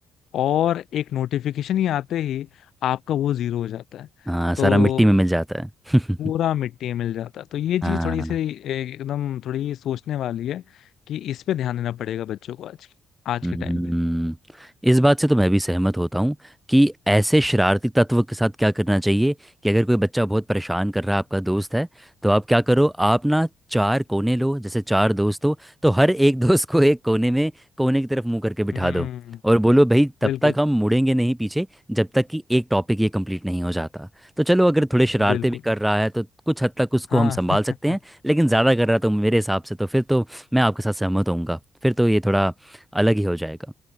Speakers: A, on the left; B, in the centre.
A: और एक नोटिफिकेशन ही आते ही आपका वो जीरो हो जाता है
B: हाँ सारा
A: तो
B: मिट्टी में मिल जाता है <laughs>
A: पूरा मिट्टी में मिल जाता है तो ये
B: हाँ
A: चीज थोड़ी सी एक- एकदम थोड़ी सोचने वाली है कि इस पे ध्यान देना पड़ेगा बच्चों को आज आज
B: हम्म,
A: के टाइम पे
B: इस बात से तो मैं भी सहमत होता हूँ कि ऐसे शरारती तत्व के साथ क्या करना चाहिए कि अगर कोई बच्चा बहुत परेशान कर रहा है आपका दोस्त है तो आप क्या करो आप ना चार कोने लो जैसे चार दोस्त हो तो हर एक <laughs> दोस्त को एक कोने में कोने की तरफ मुंह करके बिठा
A: हम्म
B: दो और बोलो भाई तब
A: बिल्कुल
B: तक हम मुड़ेंगे नहीं पीछे जब तक कि एक टॉपिक ये कंप्लीट नहीं हो जाता तो चलो अगर थोड़े शरारते
A: बिल्कुल
B: भी कर रहा है तो कुछ हद तक उसको
A: हाँ
B: हम संभाल
A: <laughs>
B: सकते हैं लेकिन ज़्यादा कर रहा है तो मेरे हिसाब से तो फिर तो मैं आपके साथ सहमत होऊंगा फिर तो ये थोड़ा अलग ही हो जाएगा